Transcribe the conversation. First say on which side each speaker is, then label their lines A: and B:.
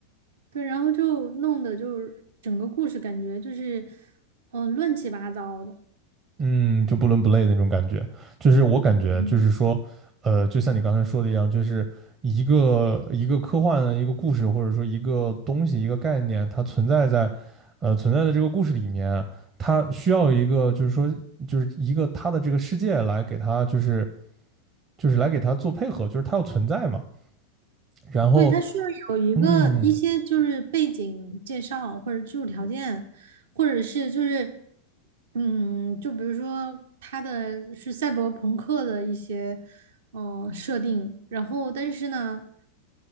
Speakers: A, on the right; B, on the right.
A: 对，然后就弄得就是整个故事感觉就是嗯、呃乱七八糟的。
B: 嗯，就不伦不类的那种感觉。就是我感觉，
A: 嗯。
B: 就是说，呃，就像你刚才说的一样，就是一个一个科幻的一个故事，或者说一个东西、一个概念，它存在在呃存在的这个故事里面，它需要一个就是说就是一个它的这个世界来给它就是就是来给它做配合，就是它要存在嘛。然后
A: 对，它需要有一个一些就是背景介绍，
B: 嗯
A: 或者技术条件，或者是就是嗯，就比如说它的是赛博朋克的一些嗯、呃设定，然后但是呢，